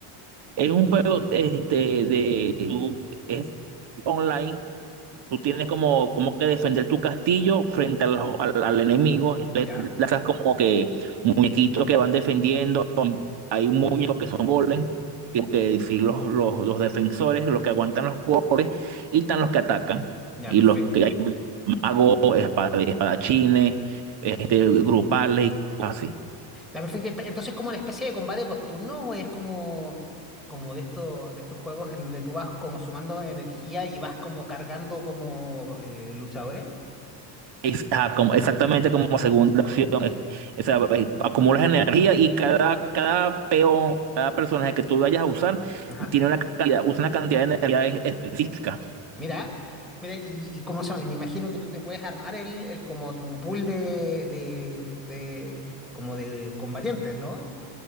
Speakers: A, on the right; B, in the centre.
A: Es un juego este, de, tú- es online Tú tienes como, como que defender tu castillo frente a los- al, al enemigo. Entonces
B: ¿Ya?
A: lanzas como que muñequitos que van defendiendo. Hay un muñeco que son golems, que, que sí, los, los, los defensores, los que aguantan los golpes, y están los que atacan.
B: Ya,
A: Y
B: perfecto.
A: los que hay magos, espada- espadachines, este, grupales y cosas así.
B: Ya, perfecto. Pe- Entonces, ¿como una especie de combate por turno o es como, como de estos, de estos juegos en donde tú vas como sumando energía y vas como cargando como eh, luchadores?
A: Es- ah, como- exactamente como segunda opción. eh, O sea, eh, acumulas energía y cada, cada peón, cada personaje que tú vayas a usar,
B: Ajá.
A: tiene una cantidad, usa una cantidad de energía es- específica.
B: Mira, mira, y, y cómo se llama, me imagino que tú te puedes armar el, el como tu pool de, de, de- como de combatientes, ¿no?